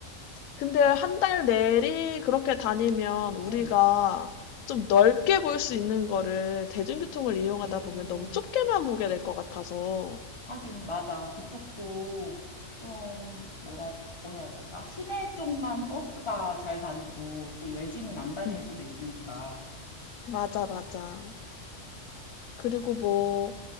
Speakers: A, on the left; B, on the left.
A: 근데 한 달 내리 그렇게 다니면 우리가
B: 응,
A: 좀 넓게 볼 수 있는 거를 대중교통을 이용하다
B: 음.
A: 보면 너무 좁게만 보게 될 것 같아서.
B: 하긴 맞아. 그쪽도 좀 뭐라고 해야 될까? 시내 쪽만 버스가 잘 다니고 또 외지는 안 다닐
A: 음,
B: 수도 있으니까.
A: 맞아, 맞아. 그리고 뭐,